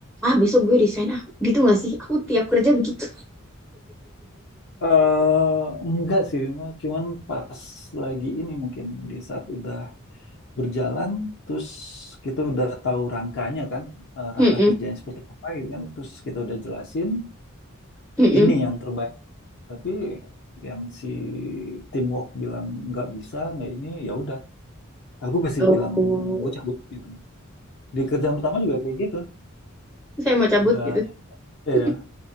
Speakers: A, in the centre; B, on the left.
A: Ah besok gue resign ah. Gitu nggak sih? Aku tiap kerja begitu.
B: Eh, enggak sih, Mas. cuman pas lagi ini mungkin di saat udah berjalan terus kita udah tahu rangkanya kan eh, rangka
A: Mm-mm,
B: kerjanya seperti apa gitu kan terus kita udah jelasin
A: mm-mm.
B: ini yang terbaik tapi yang si teamwork bilang nggak bisa nggak ini ya udah aku masih
A: Oh,
B: bilang gue cabut gitu di kerjaan pertama juga kayak gitu
A: <laughs> saya mau cabut
B: udah
A: gitu.
B: eh
A: <laughs>